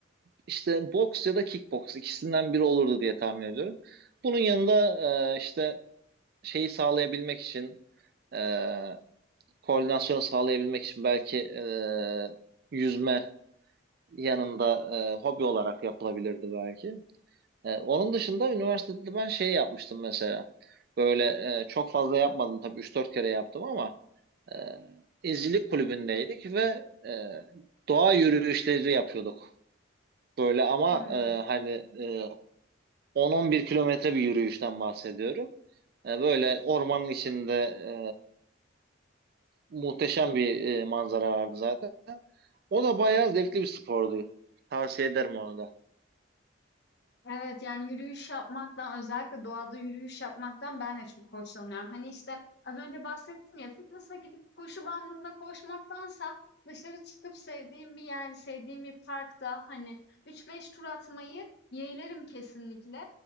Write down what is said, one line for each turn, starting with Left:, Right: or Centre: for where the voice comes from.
Right: işte boks ya da kickboks ikisinden biri olurdu diye tahmin ediyorum. Bunun yanında e, işte şeyi sağlayabilmek için e, koordinasyonu sağlayabilmek için belki e, yüzme yanında e, hobi olarak yapılabilirdi belki. E, onun dışında üniversitede ben şey yapmıştım mesela. Böyle e, çok fazla yapmadım tabii üç dört kere yaptım ama e, izcilik kulübündeydik ve e, doğa yürüyüşleri yapıyorduk. Böyle ama
Left: Hmm.
Right: e, hani e, 10-11 kilometre bir yürüyüşten bahsediyorum. E, böyle ormanın içinde e, muhteşem bir e, manzara vardı zaten. O da bayağı zevkli bir spordu. Tavsiye ederim onu da.
Left: Evet yani yürüyüş yapmaktan özellikle doğada yürüyüş yapmaktan ben de çok hoşlanıyorum. Hani işte az önce bahsettim ya fitness'a gidip koşu bandında koşmaktansa dışarı çıkıp sevdiğim bir yerde, sevdiğim bir parkta hani üç beş tur atmayı yeğlerim kesinlikle.